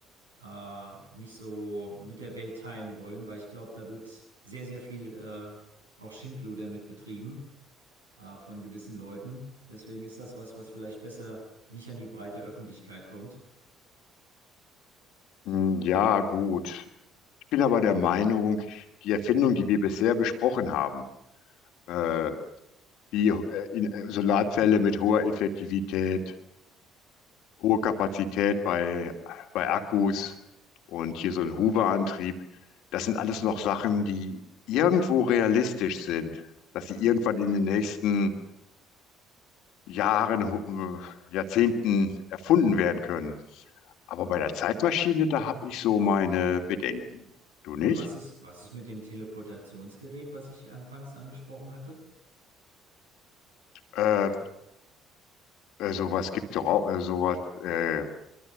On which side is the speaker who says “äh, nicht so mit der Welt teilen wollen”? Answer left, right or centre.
Right